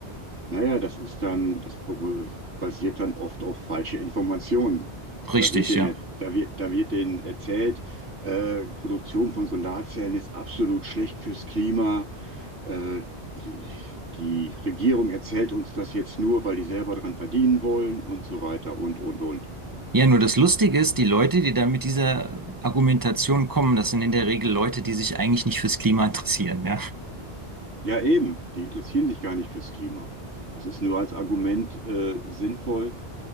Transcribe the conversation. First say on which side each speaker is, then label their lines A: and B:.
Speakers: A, on the right; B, on the right.
A: naja, das ist dann, das beru- basiert dann oft auf falsche Informationen.
B: Richtig,
A: Da wird denen,
B: ja.
A: da wird, da wird denen erzählt, äh, Produktion von Solarzellen ist absolut schlecht fürs Klima. Äh, die, die Regierung erzählt uns das jetzt nur, weil die selber dran verdienen wollen und so weiter und, und, und.
B: Ja, nur das Lustige ist, die Leute, die da mit dieser Argumentation kommen, das sind in der Regel Leute, die sich eigentlich nicht fürs Klima interessieren, ja.
A: Ja, eben, die interessieren sich gar nicht fürs Klima. Das ist nur als Argument, äh, sinnvoll,